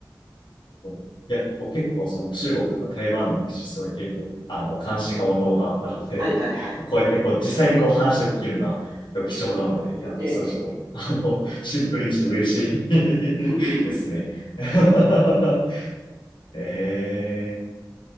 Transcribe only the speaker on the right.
はいはいはい。
ええ。
<laughs>